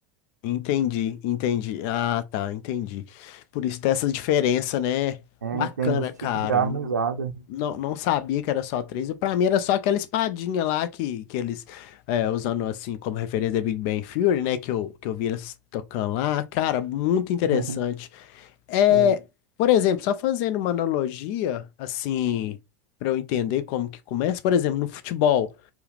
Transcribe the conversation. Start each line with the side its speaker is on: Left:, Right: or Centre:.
Left: entendi, entendi. Ah, tá, entendi. Por isso tem essa diferença, né?
Right: É,
Left: Bacana,
Right: entendo os tipos
Left: cara.
Right: de arma
Left: Não,
Right: usada.
Left: não, não sabia que era só três. Pra mim era só aquela espadinha lá que, que eles, é, usando assim como referência da Big Bang Theory, né? Que eu, que eu vi eles tocando lá. Cara, muito interessante.
Right: <laughs>
Left: É,
Right: É,
Left: por exemplo, só fazendo uma analogia, assim, para eu entender como que começa, por exemplo, no futebol,